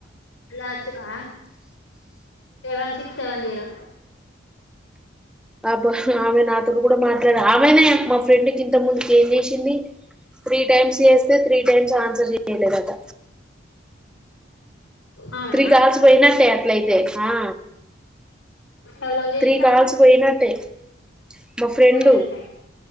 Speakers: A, on the left; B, in the centre.
A: లాస్ట్కా సెవెన్ సిక్స్ సెవెన్ జీరో
B: ఆబా ఆమె నాతోడు కూడా మాట్లాడ ఆమెనే మా ఫ్రెండ్కి ఇంత ముందుకి ఏం చేసింది త్రీ టైమ్స్ చేస్తే త్రీ టైమ్స్ ఆన్సర్ చేయలేదట
A: ఆమెనా
B: త్రీ కాల్సిపోయినట్టే అట్లయితే ఆ
A: ఎవలోకి చేసిందట
B: త్రీ కాల్స్ పోయినట్టే మా ఫ్రెండ్
A: పోయినట్టే